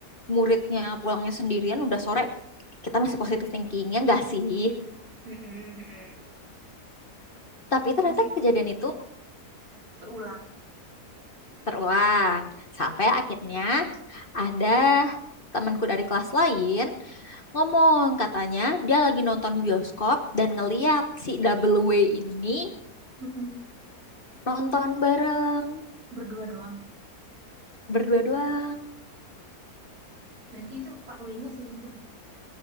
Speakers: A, on the left (about 35°); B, on the right (about 65°).
A: muridnya pulangnya sendirian udah sore kita masih positive thinking ya enggak sih
B: Mm-mm, mm-mm.
A: tapi ternyata
B: masih
A: kejadian itu
B: berulang
A: terulang
B: Mm-mm,
A: sampai akhirnya ada temanku dari kelas lain Ngomong katanya dia lagi nonton bioskop dan ngeliat si Double W ini
B: mm-mm.
A: nonton bareng
B: berdua doang
A: berdua doang.
B: berarti itu Pak W-nya selingkuh